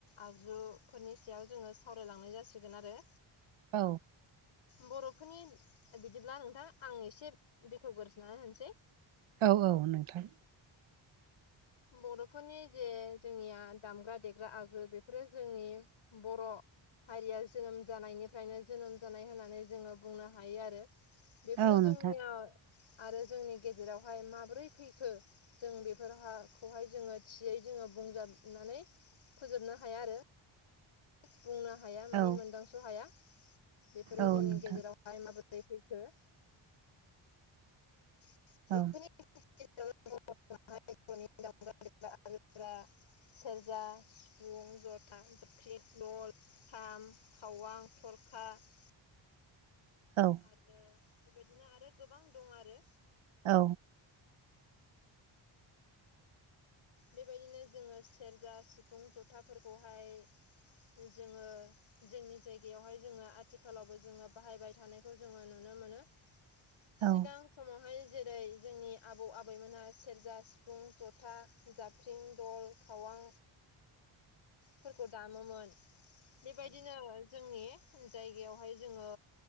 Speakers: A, on the left; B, on the right.
A: आगजु फोरनि सायाव जोङो सावरायलांनाय जासिगोन आरो।
B: औ।
A: बर'फोरनि बिदिब्ला नोंथां आं एसे बेखेवग्रजोननानै होनोसै।
B: औ औ नोंथां।
A: बर'फोरनि जे जोंनिया दामग्रा देग्रा आगु बेफोरो जोंनि बर' हारिया जोनोम जानायनिफ्रायनो जोनोम जानाय होननानै जोङो बुंनो हायो आरो। बेफोरो
B: औ नोंथां
A: जोंनियाव आरो जोंनि गेजेरावहाय माबोरै फैखो जों बेफोरहा खौहाय जोङो थियै जोङो बुंजाबनानै फोजोबनो हाया आरो‌। बुंनो हाया माने
B: औ
A: मोनदांस' हाया बेफोरो
B: औ
A: जोंनि
B: नोंथां
A: गेजेराव जाय माबोरै फैखो। <unintelligible>
B: औ
A: फ्रा सेरजा, सिफुं, जथा, जोबख्रि लल खाम, खावां, थरखा
B: औ।
A: आरो बेबायदिनो आरो गोबां दं आरो।
B: औ।
A: बेबायदिनो जोङो सेरजा, सिफुं, जथाफोरखौहाय जोङो जोंनि जायगायावहाय जोङो आथिखालावबो जोङो बाहायबाय थानायखौ जोङो नुनो मोनो। <inaudible> सिगां
B: औ
A: समावहाय जेरै जोंनि आबौ आबैमोनहा सेरजा सिफुं जथा जाफ्रिं, दल, खावां फोरखौ दामोमोन बेबायदिनो जोंनि जायगायावहाय जोङो